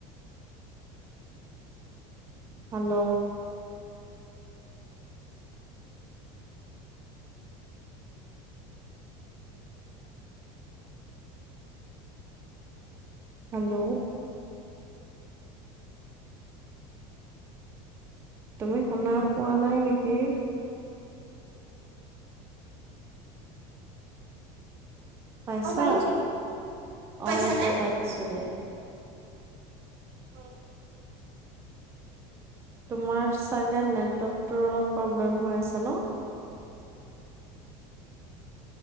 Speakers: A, on the right; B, on the right.
A: হেল্ল'। হেল্ল'। তুমি শুনা পোৱা নাই নেকি? পাইছা?
B: অ', পাইছোঁ, পাইছানে?
A: অ এতিয়া পাইছো দিয়া।
B: অ।
A: তোমাৰ চাগে নেটৰ্কটোৰ অলপ প্ৰব্লেম হৈ আছে ন?